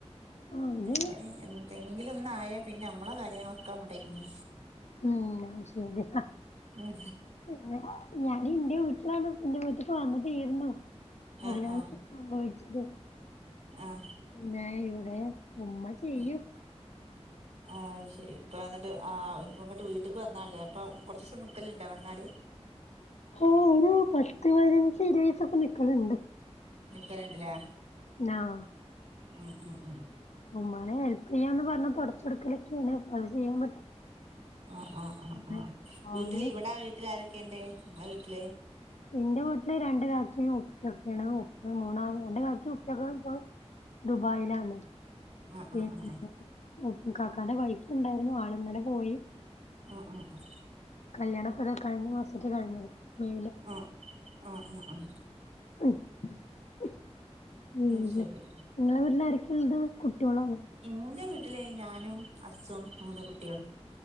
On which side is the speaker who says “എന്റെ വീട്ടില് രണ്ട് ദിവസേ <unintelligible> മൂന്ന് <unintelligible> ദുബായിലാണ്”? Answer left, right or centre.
Left